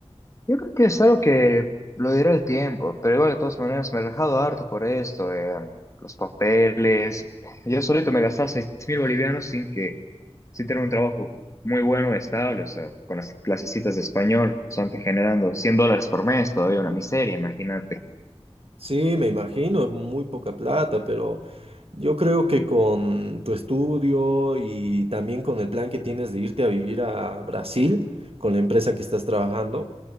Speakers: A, on the left; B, on the right.
A: Yo creo que es algo que lo dirá el tiempo, pero igual de todas maneras me he rajado harto por esto, eh, los papeles. Yo solito me gastaba seis mil bolivianos sin que, sin tener un trabajo muy bueno, estable, o sea, con las clasecitas de español, solamente generando 100 dólares por mes, todavía una miseria, imagínate.
B: Sí, me imagino, es muy poca plata, pero yo creo que con tu estudio y también con el plan que tienes de irte a vivir a Brasil con la empresa que estás trabajando,